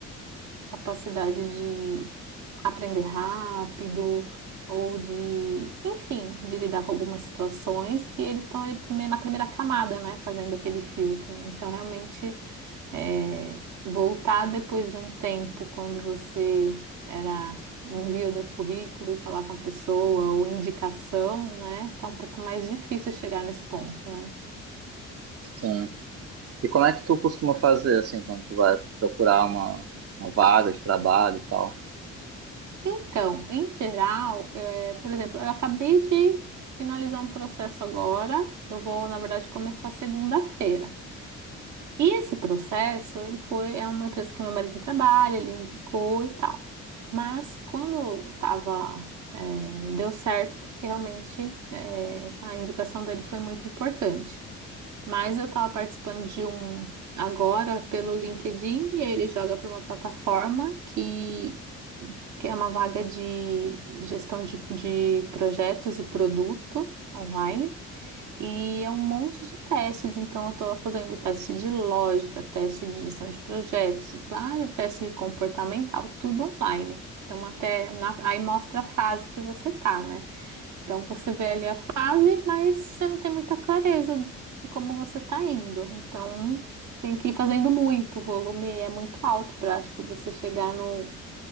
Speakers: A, on the right; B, on the right.
A: capacidade de aprender rápido ou de, enfim, de lidar com algumas situações que eles estão ali prime- na primeira camada, né, fazendo aquele filtro. Então, realmente, é, voltar depois de um tempo, quando você era envio do currículo e falar com a pessoa ou indicação, né, tá um pouco mais difícil chegar nesse ponto, né?
B: Sim. E como é que tu costuma fazer, assim, quando tu vai procurar uma, uma vaga de trabalho e tal?
A: Então, em geral, eh, por exemplo, eu acabei de finalizar um processo agora. Eu vou, na verdade, começar segunda-feira. E esse processo, ele foi, é uma empresa que meu marido trabalha, ele indicou e tal. Mas quando tava, eh, deu certo, porque realmente, eh, a indicação dele foi muito importante. Mas eu estava participando de um agora pelo LinkedIn e ele joga para uma plataforma que que é uma vaga de gestão de, de projetos e produto online. E é um monte de testes, então eu estou fazendo teste de lógica, teste de gestão de projetos, vários testes de comportamental, tudo online. Então, até na- aí mostra a fase que você tá, né? Então, você vê ali a fase, mas você não tem muita clareza de como você está indo. Então, tem que ir fazendo muito, o volume é muito alto para acho que você chegar no,